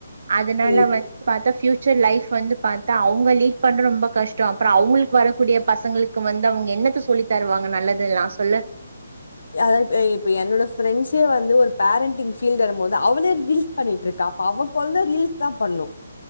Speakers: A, on the right (about 60°); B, on the left (about 80°).
A: அதனால
B: புரியுது
A: வந் ப்த்தா பியூச்சர் லைப் வந்து பாத்தா அவுங்க லீட் பண்ற ரொம்ப கஷ்டோ அப்பற அவுங்ளுக்கு வரக்கூடிய பசங்களுக் கும் வந்து அவுங்க என்னத்த சொல்லி தருவாங்க நல்லதுலா சொல்லு
B: அத இப் இப்ப என்னோட ஃப்ரெண்ட்ஸே வந்து ஒரு பேரண்டிங் ஃபீல்ட் இருகும்போது அவளே ரீல் பண்ணிட்டு இருக்கா அப்ப அவக்குழ்ந்தா ரீல்ஸ் தா பண்ணு